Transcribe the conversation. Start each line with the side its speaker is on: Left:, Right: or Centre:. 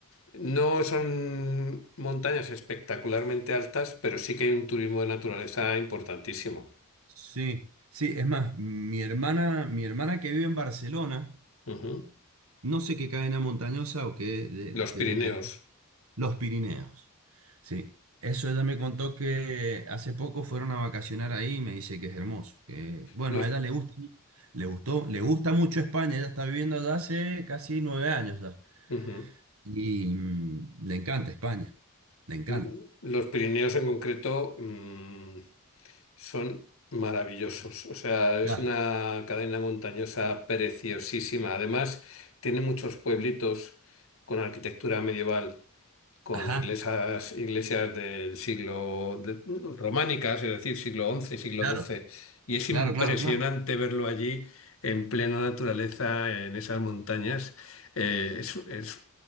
Left: no son montañas espectacularmente altas, pero sí que hay un turismo de naturaleza importantísimo.
Right: Sí, sí, es más, mi hermana, mi hermana que vive en Barcelona,
Left: Ujú.
Right: no sé qué cadena montañosa o qué de-
Left: Los
Right: deben
Left: Pirineos.
Right: tener, los Pirineos. Sí, eso ella me contó que hace poco fueron a vacacionar ahí y me dice que es hermoso, que bueno,
Left: Los,
Right: a ella le gusta, le gustó, le gusta mucho España, ella está viviendo allá hace casi nueve años ya.
Left: ujú.
Right: Y mm, le encanta España, le encanta.
Left: L- Los Pirineos en concreto mm, son maravillosos. O sea, es
Right: Claro.
Left: una cadena montañosa preciosísima. Además, tiene muchos pueblitos con arquitectura medieval, con
Right: Ajá,
Left: iglesias, iglesias del siglo de- románicas, es decir, siglo once, siglo
Right: claro,
Left: doce, Y es
Right: claro,
Left: impresionante
Right: claro, claro.
Left: verlo allí en plena naturaleza, en esas montañas. Eh, es- es-